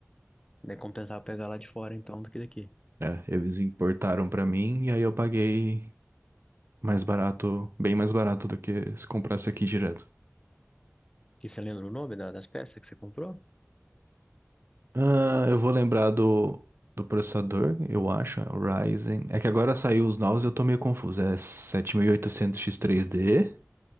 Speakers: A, on the left; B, on the right.
A: Daí compensava pegar lá de fora, então, do que daqui.
B: É, eles importaram pra mim e aí eu paguei mais barato, bem mais barato do que se comprasse aqui direto.
A: E você lembra o nome da- das peças que você comprou?
B: Ah, eu vou lembrar do, do processador, eu acho, é o Ryzen. É que agora saiu os novos e eu tô meio confuso. É sete mil e oitocentos x 3 d